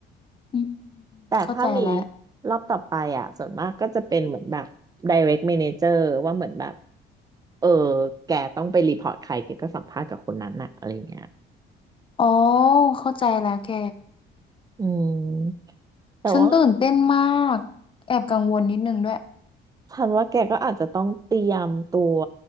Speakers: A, on the left; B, on the right.
A: อืม
B: แต่ถ้ามี
A: เข้าใจแล้ว
B: รอบต่อไปอ่ะส่วนมากก็จะเป็นเหมือนแบบ direct manager ว่าเหมือนแบบเออแกต้องไปรีพอร์ตใครแกก็สัมภาษณ์กับคนนั้นอ่ะอะไรเงี้ย
A: อ๋อเข้าใจแล้วแก
B: อืมแต่ว่า
A: ฉันตื่นเต้นมากแอบกังวลนิดนึงด้วย
B: ฉันว่าแกก็อาจจะต้องเตรียมตัว